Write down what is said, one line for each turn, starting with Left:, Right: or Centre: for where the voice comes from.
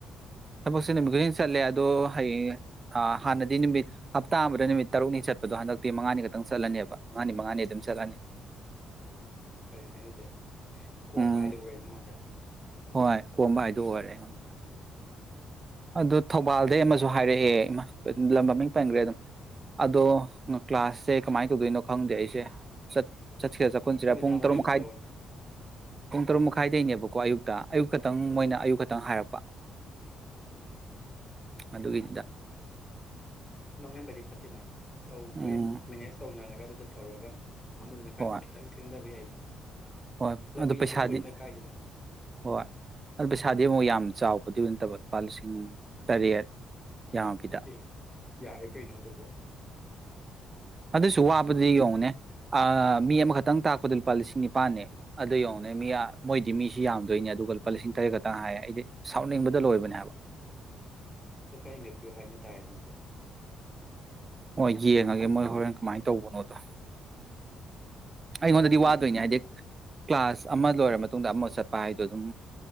Right: ꯊꯕꯛꯁꯦ ꯅꯨꯃꯤꯠ ꯈꯨꯗꯤꯡ ꯆꯠꯂꯦ ꯑꯗꯣ ꯍꯌꯦꯡ ꯍꯥꯟꯅꯗꯤ ꯅꯨꯃꯤꯠ ꯍꯞꯇꯥ ꯑꯃꯗ ꯅꯨꯃꯤꯠ ꯇꯔꯨꯛꯅꯤ ꯆꯠꯄꯗꯣ ꯍꯟꯗꯛꯇꯤ ꯃꯉꯥꯅꯤ ꯈꯛꯇꯪ ꯆꯠꯂꯅꯦꯕ ꯃꯉꯥꯅꯤ ꯃꯉꯥꯅꯤ ꯑꯗꯨꯝ ꯆꯠꯂꯅꯤ
Left: ꯎꯝ ꯐꯔꯅꯦ ꯑꯗꯨꯗꯤ ꯀꯣꯝꯕ
Right: ꯎꯝ
Left: ꯍꯥꯏꯗꯣ ꯑꯣꯏꯔꯦ ꯅꯉꯣꯟꯗ
Right: ꯍꯣꯏ ꯀꯣꯝꯕ ꯍꯥꯏꯗꯣ ꯑꯣꯏꯔꯦ ꯑꯩꯉꯣꯟꯗ
Left: <unintelligible>
Right: ꯑꯗꯨꯗ ꯊꯧꯕꯥꯜꯗꯩ ꯑꯃꯁꯨ ꯍꯥꯏꯔꯛꯑꯦ ꯂꯝ ꯃꯃꯤꯡ ꯄꯟꯈ꯭ꯔꯦ ꯑꯗꯨꯝ ꯑꯗꯣ ꯀ꯭ꯂꯥꯁꯁꯦ ꯀꯃꯥꯏꯅ ꯇꯧꯗꯣꯏꯅꯣ ꯈꯪꯗꯦ ꯑꯩꯁꯦꯠ ꯆꯠꯁꯤꯔꯦ ꯆꯠꯈꯁꯤꯔꯦ
Left: ꯅꯨꯃꯤꯗꯥꯡ
Right: ꯄꯨꯡ ꯇꯔꯨꯛ
Left: ꯋꯥꯏꯔꯝ
Right: ꯃꯈꯥꯏ
Left: ꯇꯧꯅ
Right: ꯄꯨꯡ ꯇꯔꯨꯛ ꯃꯈꯥꯏꯗꯒꯤꯅꯦꯕꯀꯣ ꯑꯌꯨꯛꯇ ꯑꯌꯨꯛ ꯈꯛꯇꯪ ꯃꯣꯏꯅ ꯑꯌꯨꯛ ꯈꯛꯇꯪ ꯍꯥꯏꯔꯛꯄ
Left: ꯎꯝ
Right: ꯑꯗꯨꯒꯤ
Left: ꯃꯥꯡꯍꯟꯕꯗꯤ ꯐꯠꯇꯦꯅ ꯇꯧꯕ
Right: ꯎꯝ
Left: ꯃꯦꯅꯦꯖ ꯇꯧꯅꯔꯒ ꯑꯗꯨꯗ ꯇꯧꯔꯒ ꯑꯃꯗꯨꯅ
Right: ꯍꯣꯏ
Left: ꯈꯔꯗꯤ ꯈꯤꯇꯪ ꯊꯦꯡꯊꯕ ꯌꯥꯏꯅ
Right: ꯍꯣꯏ
Left: ꯂꯝꯕꯤꯗ
Right: ꯑꯗꯨ ꯄꯩꯁꯥꯗꯤ
Left: ꯊꯣꯛꯄꯅꯤꯅ ꯀꯥꯏꯗꯦꯗ
Right: ꯍꯣꯏ ꯑꯗꯨ ꯄꯩꯁ ꯏꯁꯥꯗꯤ ꯑꯃꯨꯛ ꯌꯥꯝ ꯆꯥꯎꯕꯗꯤ ꯑꯣꯏꯅ ꯅꯠꯇꯕ ꯂꯨꯄꯥ ꯂꯤꯁꯤꯡ ꯇꯔꯦꯠ ꯌꯥꯝꯃꯕꯤꯗ
Left: ꯑꯦ ꯌꯥꯔꯦ ꯀꯩꯅꯣ ꯑꯗꯨꯕꯣ
Right: ꯑꯗꯨꯁꯨ ꯋꯥꯕꯗꯤ ꯌꯦꯡꯉꯅꯦ ꯃꯤ ꯑꯃꯈꯛꯇꯪ ꯇꯥꯛ ꯂ ꯂꯨꯄꯥ ꯂꯤꯁꯤꯡ ꯅꯤꯄꯥꯥꯟꯅꯦ ꯑꯗꯨ ꯌꯧꯅꯦ ꯃꯤ ꯃꯣꯏꯗꯤ ꯃꯤꯁꯤ ꯌꯥꯝꯗꯣꯏꯅꯦ ꯑꯗꯨꯒ ꯂꯨꯄꯥ ꯂꯤꯁꯤꯡ ꯇꯔꯦꯠ ꯈꯛꯇꯪ ꯍꯥꯏꯌꯦ ꯑꯩꯗꯤ ꯁꯥꯎꯅꯤꯡꯕꯗ ꯂꯣꯏꯕꯅꯦ ꯍꯥꯏꯕ
Left: ꯑꯗꯨ ꯈꯔ ꯍꯦꯟꯒꯠꯄꯤꯌꯨ ꯍꯥꯏꯅ ꯇꯥꯔꯦꯅꯦ ꯑꯗꯨꯗ
Right: ꯍꯣꯏ ꯌꯦꯡꯉꯒꯦ ꯃꯣꯏ ꯍꯣꯔꯦꯟ ꯀꯃꯥꯏꯅ ꯇꯧꯕꯅꯣꯗꯣ ꯑꯩꯉꯣꯟꯗꯗꯤ
Left: ꯃꯤ
Right: ꯋꯥꯗꯣꯏꯅꯦ
Left: ꯌꯥꯝꯃꯗꯤ
Right: ꯍꯥꯏꯗꯤ ꯀ꯭ꯂꯥꯁ ꯑꯃ ꯂꯣꯏꯔ ꯃꯇꯨꯡꯗ ꯑꯃ ꯆꯠꯄ ꯍꯥꯏꯗꯣ ꯑꯗꯨꯝ